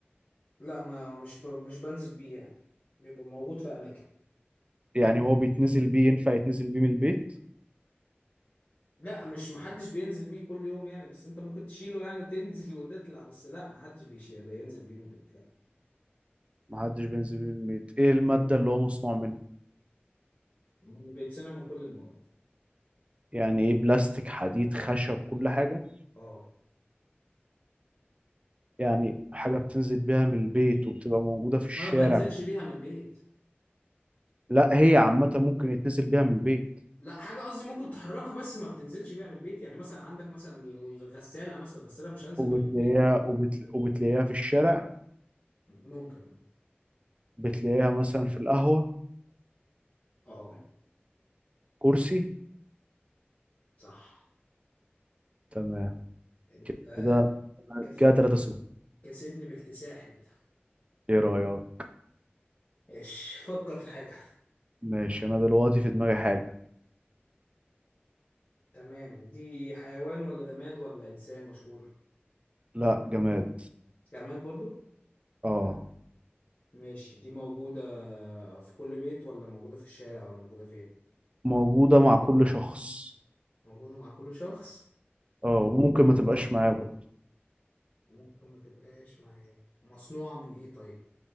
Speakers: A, on the left; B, on the right.
A: لا ما مش ب... مش بنزل بيه يعني بيبقى موجود في أماكن
B: يعني هو بيتنزل بيه ينفع يتنزل بيه من البيت
A: لا مش محدش بينزل بيه كل يوم يعني بس أنت ممكن تشيله يعني وتنزل <laughs> وتطلع بس لا محدش بيشيل بينزل بيه من البيت لا
B: محدش بينزل بيه من البيت ايه المادة اللي هو مصنوع منها
A: من- بيتصنع من كل المواد
B: يعني ايه بلاستيك حديد خشب كل حاجة
A: اه
B: يعني حاجة بتنزل بيها من البيت وبتبقى موجودة في الشارع
A: ما بنزلش بيها من البيت
B: لا هي عامة ممكن يتنزل بيها من البيت
A: لا حاجة قصدي ممكن تحركها بس ما بتنزلش بيها من البيت يعني مثلا عندك مثلا الغسالة مثلا الغسالة مش هنزل
B: وبتلاقيها
A: بيها من البيت يعني
B: وبتل... وبتلاقيها في الشارع
A: ممكن
B: بتلاقيها مثلا في القهوة
A: اه آه،
B: كرسي
A: صح
B: تمام
A: انت
B: كده
A: كس...
B: كده 3 صفر
A: كسبني باكتساح انت
B: ايه رأيك
A: ماشي فكر في حاجة
B: ماشي انا دلوقتي في دماغي حاجة
A: تمام دي حيوان ولا جماد ولا انسان مشهور
B: لا جماد
A: جماد برضو
B: اه
A: ماشي دي موجودة في كل بيت ولا موجودة في الشارع ولا موجودة فين
B: موجودة مع كل شخص
A: موجودة مع كل شخص
B: اه وممكن ما تبقاش معاه برضه
A: ممكن ما تبقاش معاه مصنوعة من ايه طيب